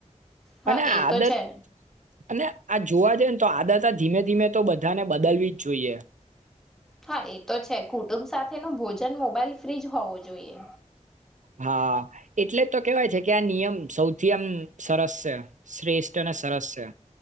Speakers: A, in the centre; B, on the right.
A: હા
B: અને
A: એ
B: આદત
A: તો છે
B: અને આ જોવા જઈ તો આદાતા ધીમે ધીમે તો બધાને બદલવી જ જોઈએ.
A: હા એ તો છે કુટુંબ સાથે તેનું ભોજન મોબાઈલ ફ્રી જ હોવું જોઈએ.
B: હા એટલે તો કેવાય છે કે આ નિયમ સૌથી આમ સરસ છે શ્રેષ્ઠ અને સરસ છે.